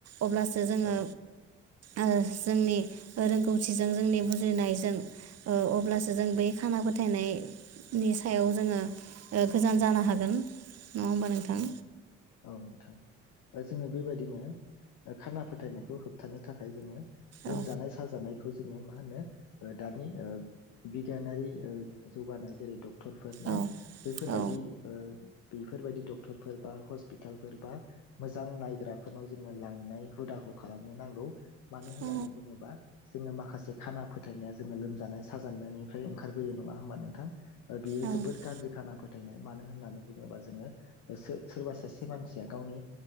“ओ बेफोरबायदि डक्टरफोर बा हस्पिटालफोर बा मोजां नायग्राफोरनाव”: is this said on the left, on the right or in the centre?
Left